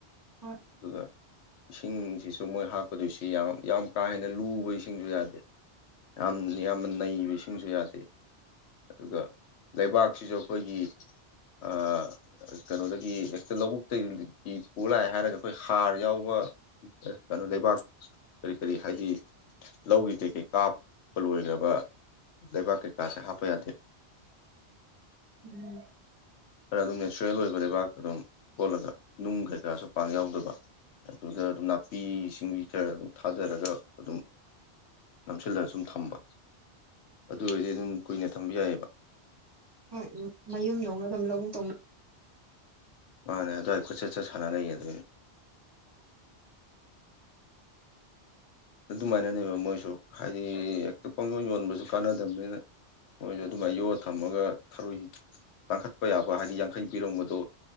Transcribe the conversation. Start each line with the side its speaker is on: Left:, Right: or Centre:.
Right: ꯍꯣꯏ
Left: ꯑꯗꯨꯒ ꯏꯁꯤꯡꯁꯤꯁꯨ ꯃꯣꯏ ꯍꯥꯞꯀꯗꯣꯏꯁꯤ ꯌꯥꯝ ꯌꯥꯝ ꯀꯥ ꯍꯦꯟꯅ ꯂꯨꯕ ꯏꯁꯤꯡꯁꯨ ꯌꯥꯗꯦ ꯌꯥꯝ ꯌꯥꯝꯅ ꯅꯩꯕ ꯏꯁꯤꯡꯁꯨ ꯌꯥꯗꯦ ꯑꯗꯨꯒ ꯂꯩꯕꯥꯛꯁꯤꯖꯨ ꯑꯩꯈꯣꯏꯒꯤ ꯑꯥ ꯀꯩꯅꯣꯗꯒꯤ ꯍꯦꯛꯇ ꯂꯧꯕꯨꯛꯇꯩ ꯒꯤ ꯄꯨ ꯂꯥꯛꯑꯦ ꯍꯥꯏꯔꯒ ꯑꯩꯈꯣꯏ ꯍꯥꯔ ꯌꯥꯎꯕ ꯀꯩꯅꯣ ꯂꯩꯕꯥꯛ ꯀꯔꯤ ꯀꯔꯤ ꯍꯥꯏꯗꯤ ꯂꯧꯒꯤ ꯀꯩ ꯀꯩ ꯀꯥꯞꯄ ꯂꯣꯏꯒ꯭ꯔꯕ ꯂꯩꯕꯥꯛ ꯀꯩꯀꯥꯁꯦ ꯍꯥꯞꯄ ꯌꯥꯗꯦ
Right: ꯎꯝ
Left: ꯈꯔ ꯑꯗꯨꯝ ꯅꯦꯆꯔꯦꯜ ꯑꯣꯏꯕ ꯂꯩꯕꯥꯛ ꯑꯗꯨꯝ ꯀꯣꯠꯂꯒ ꯅꯨꯡ ꯀꯩꯀꯥꯁꯨ ꯄꯥꯛ ꯌꯥꯎꯗꯕ ꯑꯗꯨꯗ ꯑꯗꯨꯝ ꯅꯥꯄꯤ ꯁꯤꯡꯕꯤ ꯈꯔ ꯑꯗꯨꯝ ꯊꯥꯗꯔꯒ ꯑꯗꯨꯝ ꯅꯝꯁꯤꯜꯂ ꯁꯨꯝ ꯊꯝꯕ ꯑꯗꯨ ꯑꯣꯏꯗꯤ ꯑꯗꯨꯝ ꯀꯨꯏꯅ ꯊꯝꯕ ꯌꯥꯏꯑꯦꯕ
Right: ꯍꯣꯏ ꯎꯝ ꯃꯌꯨꯝꯗꯧꯅ ꯑꯗꯨꯝ ꯂꯧꯕꯨꯛꯛꯇꯧꯅ
Left: ꯃꯥꯅꯦ ꯑꯗ꯭ꯋꯥꯏ ꯀꯣꯏꯆꯠ ꯆꯠ ꯁꯥꯟꯅ ꯂꯩꯒꯗꯣꯏꯅꯦ ꯑꯗꯨꯃꯥꯏꯅꯅꯦꯕ ꯃꯣꯏꯁꯨ ꯍꯥꯏꯗꯤ ꯍꯦꯛꯇ ꯄꯪꯌꯣꯟ ꯌꯣꯟꯕꯁꯨ ꯀꯥꯟꯅꯗꯝꯅꯤꯅ ꯃꯣꯏꯖꯨ ꯑꯗꯨꯃꯥꯏ ꯌꯣꯛꯑ ꯊꯝꯃꯒ ꯊꯔꯣꯏ ꯇꯥꯡꯈꯠꯄ ꯌꯥꯕ ꯍꯥꯏꯗꯤ ꯌꯥꯡꯈꯩ ꯄꯤꯔꯝꯕꯗꯣ